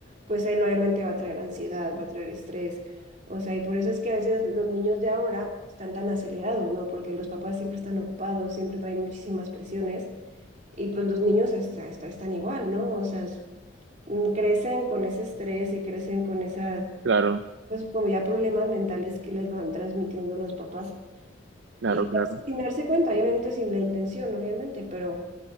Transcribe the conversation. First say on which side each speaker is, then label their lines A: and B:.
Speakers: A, on the right; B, on the right.
A: pues él obviamente va a traer ansiedad, va a traer estrés. O sea, y por eso es que a veces los niños de ahora están tan acelerados, ¿no? Porque los papás siempre están ocupados, siempre traen muchísimas presiones y pues los niños hasta, hasta están igual, ¿no? O sea, s- crecen con ese estrés y crecen con esas
B: Claro,
A: entonces, como ya problemas mentales que les van transmitiendo los papás.
B: claro,
A: Y
B: claro.
A: sin darse cuenta, obviamente sin la intención, obviamente, pero,